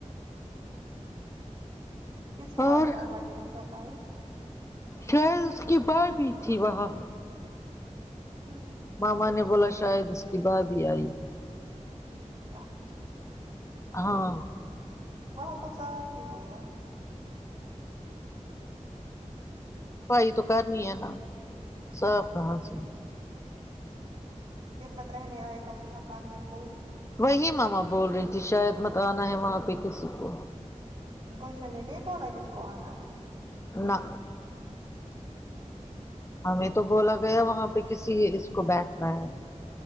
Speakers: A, on the right (about 40°); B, on the left (about 20°).
A: کس کی
B: اور
A: حات کرواتے ہےصفائیی
B: شاید اس کی ماں بھی تھی وہاں
A: امم
B: ماما نے بولا شاید اس کی بات ہی آئی
A: اچھا
B: ہاں
A: وہاں تو صاف ہی ہوگا
B: صفائی تو کرنی ہے نا صاف کہا سے
A: پھرمت رہنے آئے گا اس مکان میں کوئی
B: وہی ماما بول رہی تھی شاید مت آنا ہے وہاں پہ کسی کو
A: گلشن نے نہیں بولا کس کو آنا ہے
B: نہ ہمیں تو بولا گیا وہاں پہ کسی اس کو بیٹھنا ہے